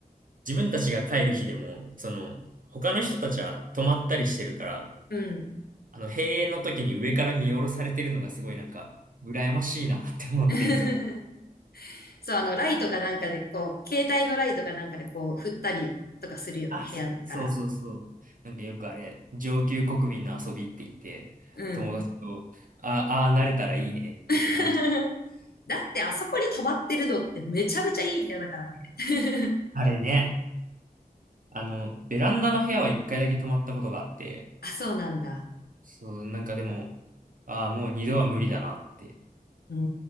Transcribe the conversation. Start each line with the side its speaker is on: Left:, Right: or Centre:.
Right: 自分たちが帰る日でも、その、他の人たちは泊まったりしてるから、
Left: うん。
Right: あの、閉園の時に上から見下ろされてるのがすごいなんか、羨ましいなって思って、
Left: <laughs>
Right: いつも。
Left: そう、あの、ライトかなんかで、こう、携帯のライトかなんかで、こう、振ったりとかするよね、
Right: あ、
Left: 部屋から。
Right: そうそうそう。なんかよくあれ、上級国民の遊びって言って、
Left: うん。
Right: 友達と、あああー、慣れたらいいねっていう話。
Left: <laughs> だってあそこに泊まってるのってめちゃめちゃいい部屋だからね。<laughs>
Right: あれね、あの、ベランダの部屋は一回だけ泊まったことがあって、
Left: あ、そうなんだ。
Right: そう、なんかでも、ああ、もう二度は無理だなって。
Left: うー